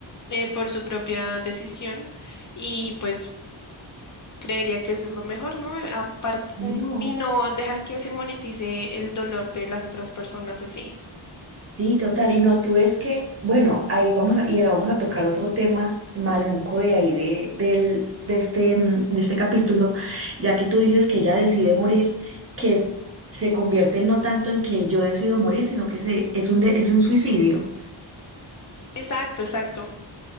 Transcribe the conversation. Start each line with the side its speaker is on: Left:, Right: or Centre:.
Left: eh, por su propia decisión y pues creería que eso es lo mejor, ¿no? Aparte,
Right: No.
Left: n- y no dejar que se monetice el dolor de las otras personas así.
Right: Sí, total. Y no, tú es que, bueno, ahí vamos a, y ya vamos a tocar otro tema maluco de ahí, de, del, de este, mm, de este capítulo, ya que tú dices que ella decide morir, que se convierte no tanto en que yo decido morir, sino que se, es un, de- es un suicidio.
Left: Exacto, exacto.